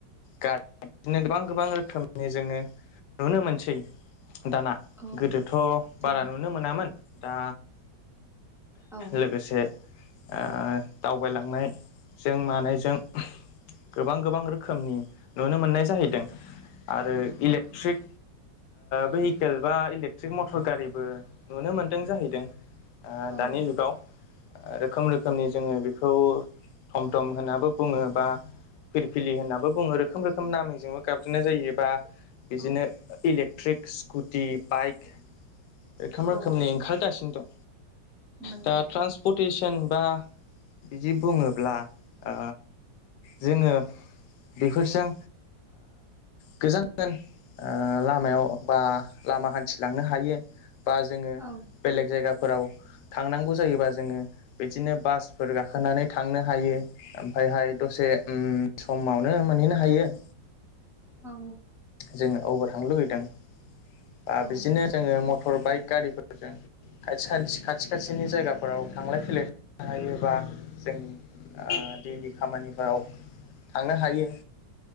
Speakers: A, on the left; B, in the centre.
A: गारि बिदिनो गोबां गोबां रोखोमनि जोङो नुनो मोनसै दाना
B: औ
A: गोदोथ' बारा
B: औ
A: नुनो मोनामोन दा
B: अ
A: लोगोसे ओ दावबायलांनायजों मानायजों गोबां गोबां रोखोमनि नुनो मोननाय जाहैदों आरो इलेकट्रिक भेहिकेल बा इलेकट्रिक मटर गारिबो नुनो मोन्दों जाहैदों
B: औ
A: दानि जुगाव रोखोम रोखोमनि जोङो बेखौ थम थम होनाबो बुङो बा फिलफिलि होननानै बुङो रोखोम रोखोम नामजोंबो गाबज्रिनाय जायो बा बिदिनो
B: औ
A: इलेक्ट्रिक स्कुटि बाइक रोखोम रोखोमनि
B: औ
A: ओंखारगासिनो दं।
B: नंगौ
A: दा ट्रान्सपर्टेतेसन <unintelligible> बा बिदि बुङोब्ला ओ जोङो बेफोरजों गोजान गोजान ओ लामायाव बा लामा हान्थिलांनो हायो। बा जोङो
B: औ
A: बेलेग जायगाफोराव थांनांगौ जायोबा जोङो बिदिनो बासफोर गाखोनानै थांनो हायो ओमफ्रायहाय दसे दसे समावनो मोनहैनो हायो।
B: औ
A: जोङो अबाव थांनो लुुबैदों बा
B: औ
A: बिदिनो जोङो मटर बाइक गारिफोरजों खाथि खाथि खाथिनि जायगाफोराव थांलाय फैलाय हायोबा जों दैलि खामानिफोराव थांनो हायो।